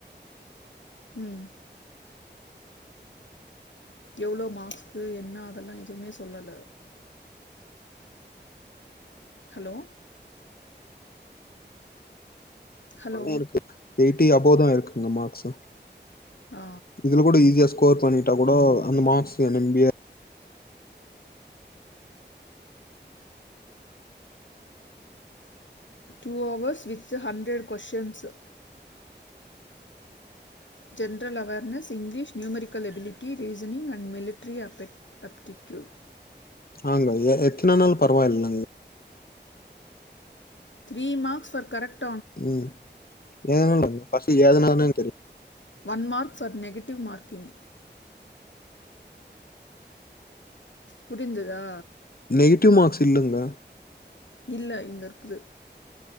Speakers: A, on the left; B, on the left.
A: ம் எவ்ளோ மார்க்ஸ்கு என்ன அதெல்லா எதுமே சொல்லல ஹலோ ஹலோ
B: அது இருக்கு எயிட்டி அபோ தா இருக்குங்க மார்க்ஸு
A: அ
B: இதுல கூட ஈஸிய ஸ்கோர் பண்ணிட்டா கூடொ அந்த marks <unintelligible> <inaudible>
A: two hours with hundred questions general awareness English numerical ability reasoning and military அப அப்டிட்டியூ
B: ஆங்க எத்தன நாள் பரவாயில்ல ங்
A: த்ரீ மாக்ஸ் ஃபர் கரெக்ட்
B: உம் எதனாலங்க ஃபர்ஸ்ட்டு ஏதனாலனு தெரியு
A: one mark for negative marking புரிந்துதா
B: நெகட்டிவ் மார்க்ஸ் இல்லங்க
A: இல்ல இங்க இருக்குது